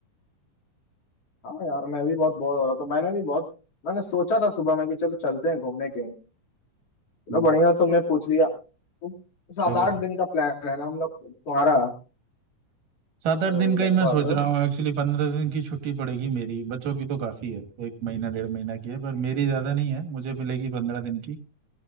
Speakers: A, on the left (about 50°); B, on the right (about 85°).
A: हाँ यार मैं भी बहुत बोर हो रहा था मैंने भी बहुत मैंने सोचा था सुबह में कि चलो चलते हैं घूमने कहीं चलो
B: हम्म,
A: बढ़िया हुआ तुमने पूछ लिया तो सात
B: चलो
A: आठ दिन का प्लान है ना हम लोग तुम्हारा
B: सात आठ
A: तो
B: दिन का ही
A: लगभग
B: मैं सोच रहा हूँ एक्चुअली पंद्रह दिन की छुट्टी पड़ेगी मेरी बच्चों की तो काफ़ी है एक महीना डेढ़ महीना की है पर मेरी ज़्यादा नहीं है मुझे मिलेगी पंद्रह दिन की